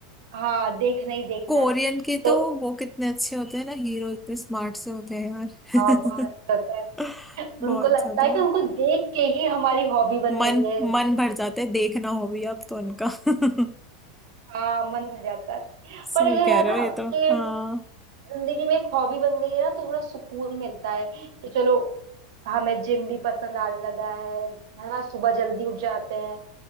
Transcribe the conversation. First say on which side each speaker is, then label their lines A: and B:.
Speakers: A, on the right; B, in the centre.
A: हाँ देखना ही देखना
B: कोरियन
A: है
B: के
A: तो
B: तो वो कितने अच्छे होते हैं ना हीरो इतने स्मार्ट से होते हैं यार
A: हाँ बात
B: <laughs>
A: होता है उनको
B: बहुत
A: लगता
B: ज्यादा
A: है कि उनको देख के ही हमारी हॉबी बन
B: मन
A: गई है
B: मन भर जाते हैं देखना हो भी अब तो उनका <laughs>
A: हाँ मन भर जाता है
B: सही
A: पर ये
B: कह
A: है
B: रहे
A: ना
B: हो ये तो
A: कि
B: हाँ
A: जिंदगी में एक हॉबी बन गई है ना तो थोड़ा सुकून मिलता है कि चलो हमें जिम भी पसंद आने लगा है है ना सुबह जल्दी उठ जाते हैं